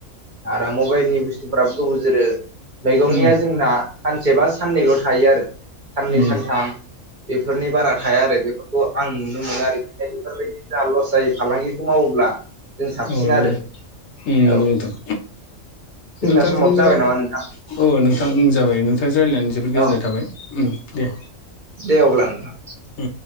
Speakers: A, on the right; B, on the left.
A: आरो मबाइलनि बुस्थुफ्राबो गोबाव जोरो मैगंनिया
B: उम
A: जोंना सानसे बा साननैल' थायो आरो साननै
B: उम
A: सानथाम बेफोरनि बारा थाया आरो बेफोरखौ आं नुनो मोनो आरोखि बेफोरबायदि जोंहा लस जायो फालांगिखौ मावोब्ला जों साबसिन
B: औ नंगौ
A: आरो औ
B: नोंथां
A: जोंना
B: नोंथांजों
A: समाबो जाबाय
B: राय
A: नामा नोंथां
B: अ नोंथां जाबाय नोंथां राय्लायनानै जोबोद गोजोननाय
A: औ
B: थाबाय उ दे
A: दे अब्ला नोंथां
B: उम